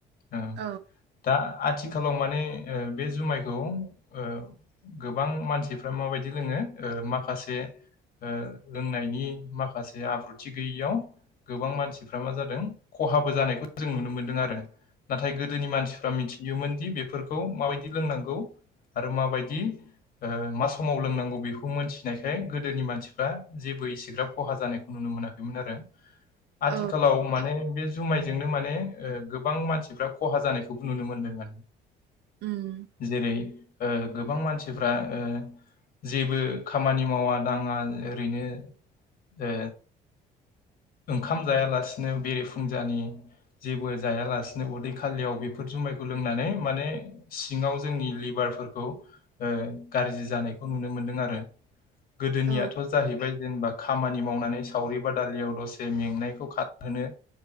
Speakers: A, on the left; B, on the right.
A: ओ
B: औ
A: दा आथिखालाव माने ओ बे जुमायखौ ओ गोबां मानसिफ्रा माबायदि लोङो ओ माखासे ओ लोंनायनि माखासे आब्रुथि गैयियाव गोबां मानसिफ्रा मा जादों खहा खहाबो जानायखौ जों नुनो मोन्दों आरो। नाथाय गोदोनि मानसिफ्रा मिथियोमोन। दि बेफोरखौ माबायदि लोंनांगौ आरो माबायदि ओ मा समाव लोंनांगौ बेखौ मोनथिनायखाय गोदोनि मानसिफ्रा जेबो इसेग्राब खहा जानायखौ नुनो मोनाखैमोन आरो। आथिखालाव
B: औ
A: माने बे जुमायजोंनो माने ओ गोबां मानसिफ्रा खहा जानायखौबो नुनो मोनदों मोन।
B: उम
A: जेरै ओ गोबां मानसिफ्रा ओ जेबो खामानि मावा दाङा ओरैनो ओ ओंखाम जायालासिनो बेरेफु फुंजानि जेबो जाया लासेनो उदै खालियाव बेफोर जुमायखौ लोंनानै माने सिङाव जोंनि लिभारफोरखौ ओ गाज्रि जानायखौ नुनो मोनदों आरो। गोदोनियाथ'
B: औ
A: जाहैबाय जेनेबा खामानि मावनानै सावरि बाद दालियाव दसे में मेंनायखौ खारहोनो